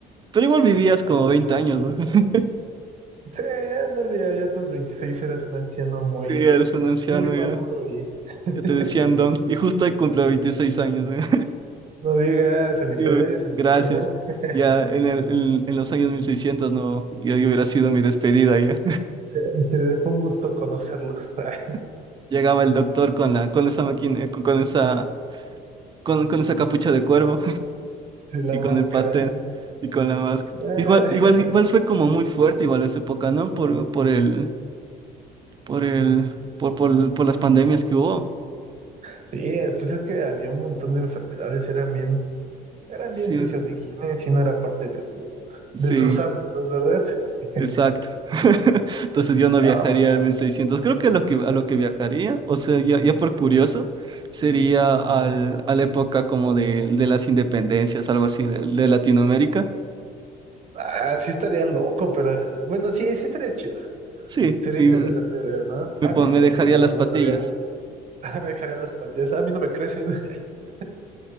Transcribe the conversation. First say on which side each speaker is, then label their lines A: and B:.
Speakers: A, on the right; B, on the right.
A: Pero igual vivías como 20 años, ¿no? <laughs>
B: Sí, ya, no, ya, ya a tus 26 eras un anciano muy,
A: Sí, eres un anciano
B: muy maduro
A: ya.
B: y <laughs>
A: Ya te decían don. Y justo hoy cumple 26 años, ¿eh? <laughs>
B: no digas felicidades,
A: Yo-
B: feliz
A: gracias.
B: cumpleaños. <laughs>
A: Ya en el, en, en los años 1600, no, yo, yo hubiera sido mi despedida ya.
B: Se, se fue un gusto conocerlos. <laughs> Ay,
A: <laughs> Llegaba el doctor con la, con esa máquina, eh, con, con esa, con, con esa capucha de cuervo.
B: sí, la
A: y con
B: máscara.
A: el pastel y con la máscara.
B: Ah,
A: Igual, igual, igual fue como muy fuerte, igual esa época, ¿no? Por, por el, por el, por, por, por las pandemias que hubo.
B: Sí, es- pues es que había un montón de enfermedades, eran bien, eran
A: Sí,
B: bien sucios de higiene, si no era parte de su,
A: sí,
B: de sus hábitos, ¿verdad? <laughs>
A: exacto. <laughs> Entonces yo no viajaría
B: Ah,
A: a mil seiscientos Creo que a lo que, a lo que viajaría, o sea, ya, ya por curioso, sería al, a la época como de, de las independencias, algo así de, de Latinoamérica.
B: ah, sí estaría loco, pero bueno, sí, sí estaría chido.
A: Sí,
B: Sería
A: y
B: interesante ver, ¿no?
A: me,
B: A
A: pon-
B: mí fíjate
A: me dejaría
B: que
A: las
B: me gustaría,
A: patillas.
B: <laughs> me dejaría las patillas, a mí no me crecen. <laughs>